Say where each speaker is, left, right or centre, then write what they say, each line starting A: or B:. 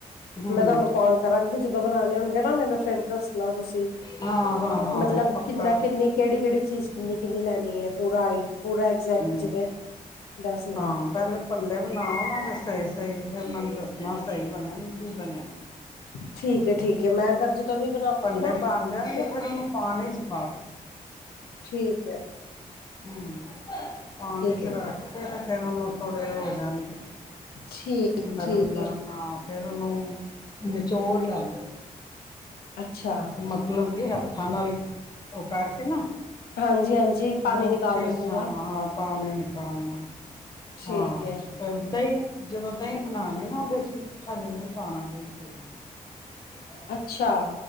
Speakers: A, on the left; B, on the left.
A: ਹੂੰ
B: ਮੈਂ ਤੁਹਾਨੂੰ ਕਾਲ ਕਰਾਂਗੀ ਜਦੋਂ ਬਣਾਣੇ ਹੋਣਗੇ, ਨਾ ਮੈਨੂੰ ਫੇਰ ਦੱਸਣਾ ਤੁਸੀ
A: ਹਾਂ ਹਾਂ ਹਾਂ
B: ਮਤਲਬ
A: ਪੱਕਾ
B: ਕਿੰਨਾ
A: ਪੱਕਾ
B: ਕਿੰਨੀ ਕੇਹੜੀ-ਕੇਹੜੀ ਚੀਜ਼ ਕਿੰਨੀ-ਕਿੰਨੀ ਲੈਣੀ ਐ, ਪੂਰਾ ਆਈ ਪੂਰਾ ਐਗਜੈਕਟ
A: ਹੂੰ,
B: ਜਿਵੇਂ ਦੱਸਣਾ
A: ਹਾਂ ਭੱਲੇ ਬਣਾਓ, ਨਾ ਤੇ ਸਹੀ ਸਹੀ ਫੇਰ ਮੈਨੂੰ ਦੱਸਣਾ ਸਹੀ ਬਣੇਨ ਕੀ ਬਣਿਆ।
B: ਠੀਕ ਏ ਠੀਕ ਏ ਮੈਂ ਜਦੋਂ ਵੀ ਬਣਾਵਗੀ,
A: ਪੱਲੇ
B: ਨਾ
A: ਬਣ ਜਾਣਗੇ
B: ਫੇਰ
A: ਫਿਰ ਉਹਨੂੰ ਪਾਣੀ 'ਚ ਪਾਓ
B: ਠੀਕ ਐ।
A: ਹੂੰ, ਪਾਣੀ ਚ
B: ਹੈ
A: ਰੱਖ ਕੇ ਤੇ ਫੇਰ ਓਹਨੂੰ ਥੋੜੇ ਓ ਹੋ ਜਾਣਗੇ।
B: ਠੀਕ
A: ਨਰਮ-ਨਰਮ
B: ਠੀਕ ਹੈ
A: ਆਂ, ਫੇਰ ਓਨੂੰ ਨਿਚੋੜ ਲੈਣਾ ਐ।
B: ਅੱਛਾ।
A: ਮਤਲਬ ਕਿ, ਹੱਥਾਂ ਨਾਲ ਓ ਕਰਕੇ ਨਾ
B: ਹਾਂਜੀ ਹਾਂਜੀ ਪਾਣੀ
A: ਮੁਠੇ
B: ਨਿਕਾਲਣਾ
A: ਸਾਹਾਂ
B: ਪੂਰਾ
A: ਪਾਣੀਂ ਨਿਕਾਲਣਾ।
B: ਠੀਕ
A: ਹਾਂ
B: ਹੈ
A: ਫੇਰ ਦਈਂ ਜਦੋਂ ਦਈਂ ਬਣਾਣੀ ਨਾ ਓਹਦੇ ਚ ਮਿੱਠਾ ਜ਼ਰੂਰ ਪਾਣਾ ਦਈਂ ਪੂੜ <unintelligible>
B: ਅੱਛਾ।